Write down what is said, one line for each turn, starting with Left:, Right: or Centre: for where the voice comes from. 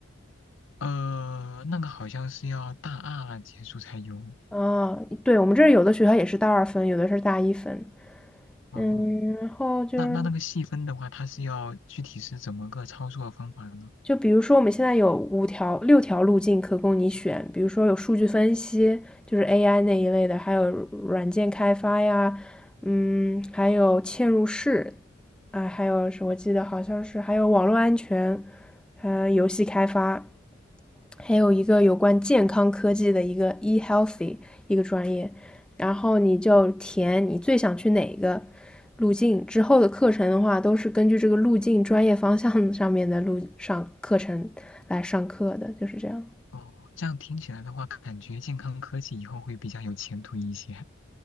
Left: 呃，那个好像是要大二结束才有。
Centre: 啊，对，我们这儿有的学校也是大二分，有的是大一分。
Left: 哦，
Centre: 嗯，然后就是，
Left: 那那那个细分的话，它是要具体是怎么个操作方法呢？
Centre: 就比如说我们现在有五条、六条路径可供你选，比如说有数据分析，就是 AI 那一类的，还有软件开发呀，嗯，还有嵌入式，啊、还有是我记得好像是还有网络安全，呃，游戏开发，还有一个有关健康科技的一个 e healthy 一个专业，然后你就填你最想去哪个路径，之后的课程的话都是根据这个路径专业方向上面的路上课程来上课的，就是这样。
Left: 哦，这样听起来的话，感觉健康科技以后会比较有前途一些。